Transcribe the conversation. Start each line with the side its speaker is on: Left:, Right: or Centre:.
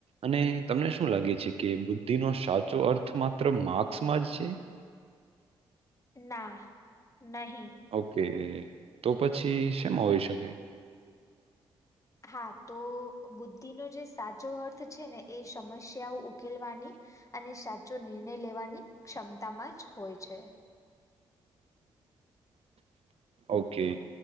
Right: અને તમને શું લાગે છે કે, બુદ્ધિનો સાચો અર્થ માત્ર માર્ક્સમાં જ છે?
Left: ના, નહી.
Right: ઓકે, તો પછી શેમા હોઈ શકે?
Left: હા તો બુદ્ધિનો જે સાચો અર્થ છે ને, એ સમસ્યાઓ ઉકેલવાની અને સાચો નિર્ણય લેવાની ક્ષમતામાંજ હોય છે.
Right: ઓકે.